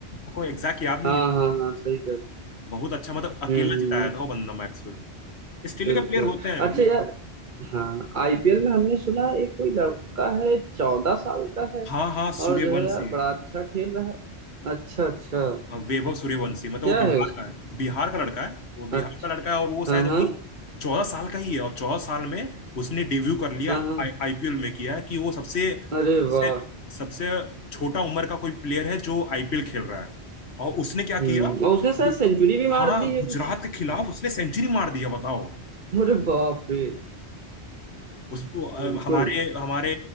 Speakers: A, on the left; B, on the right.
A: को एग्जैक्ट याद नहीं
B: हाँ
A: है
B: हाँ हाँ सही कर
A: बहुत अच्छा मतलब अकेला
B: हम्म
A: जिताया
B: हम्म,
A: था वो बंदा मैक्सवेल ऑस्ट्रेलिया
B: बिल्कुल
A: का प्लेयर होते हैं
B: अच्छा
A: मतलब
B: यार हाँ आईपीएल में हमने सुना एक कोई लड़का है चौदह साल का है
A: हाँ हाँ सूर्यवंशी
B: और जो है यार बड़ा
A: हाँ हाँ।
B: अच्छा खेल रहा है अच्छा अच्छा
A: हाँ, वैभव सूर्यवंशी मतलब
B: क्या
A: वो बिहार
B: है उस
A: का है बिहार का लड़का है वो बिहार
B: अच्छा
A: का लड़का है और वो शायद
B: हाँ
A: अभी
B: हाँ
A: चौदह साल का ही है और चौदह साल में उसने डेब्यू कर लिया
B: हाँ हाँ
A: आईपीएल में किया कि वो सबसे
B: अरे
A: सबसे
B: वाह
A: सबसे छोटा उम्र का कोई प्लेयर है जो आईपीएल खेल रहा है और उसने क्या
B: हम्म
A: किया
B: और उसने शायद
A: गु-
B: सेंचुरी भी मार
A: हाँ
B: दी है
A: गुजरात
B: कुछ
A: के खिलाफ उसने सेंचुरी मार दिया बताओ
B: अरे बाप रे
A: उस अ,
B: बिल्कुल
A: हमारे हमारे